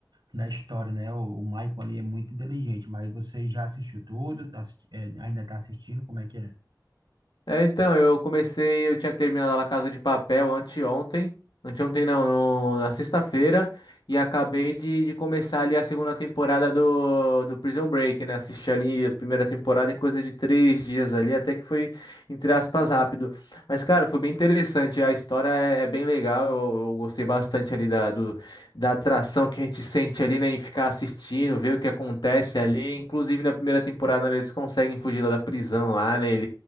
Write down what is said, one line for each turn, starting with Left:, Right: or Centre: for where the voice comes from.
Right: da história, né? O, o Michael ali é muito inteligente, mas você já assistiu tudo? Tá assisti- é, ainda tá assistindo? Como é que é?
Left: É, então, eu comecei, eu tinha terminado a Casa de Papel anteontem, anteontem não, no- na sexta-feira, e acabei de, de começar ali a segunda temporada do, do Prison Break, né? Assisti ali a primeira temporada em coisa de três dias ali, até que foi, entre aspas, rápido. Mas, cara, foi bem interessante, a história é, é bem legal, eu, eu gostei bastante ali da, do, da atração que a gente sente ali, né, em ficar assistindo, ver o que acontece ali. Inclusive, na primeira temporada, né, eles conseguem fugir lá da prisão lá, né?